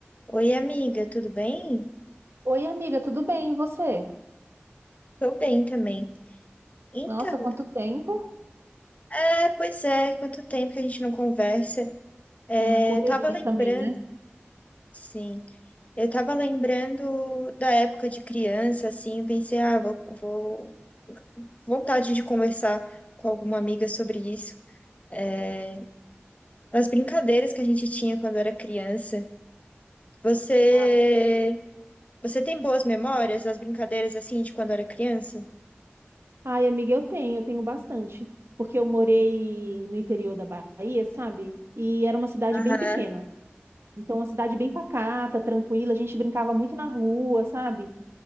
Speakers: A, on the left; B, on the right.
A: Oi, amiga, tudo bem?
B: Oi, amiga, tudo bem? E você?
A: Tô bem também. Então,
B: Nossa, quanto tempo?
A: é, pois é, quanto tempo que a gente não conversa. É,
B: Uma correria
A: eu tava lembrando,
B: também, né?
A: sim, eu tava lembrando da época de criança, assim, eu pensei, ah, vou, vou, vontade de conversar com alguma amiga sobre isso. É, as brincadeiras que a gente tinha quando era criança. Você,
B: ah
A: você tem boas memórias das brincadeiras, assim, de quando era criança?
B: Ai, amiga, eu tenho, eu tenho bastante, porque eu morei no interior da Bahia, sabe? E era uma cidade
A: Aham,
B: bem pequena. Então, uma cidade bem pacata, tranquila, a gente brincava muito na rua, sabe?